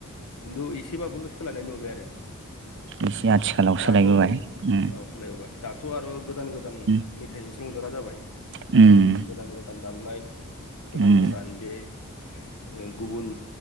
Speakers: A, on the left; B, on the right.
A: खिन्थु एसेबाबो सोलायनाय नुबाय आरो
B: एसे आथिखालाव
A: दाथ'
B: सोलायबोबाय
A: ओ
B: उम,
A: फैलाबावबाय गोदान गोदान
B: उम,
A: मेथाइजोंसो रंजाग्रा जाबाय
B: उम,
A: गोदान गोदान दामनाय गोदान
B: उम,
A: गोदान ओ गुबुन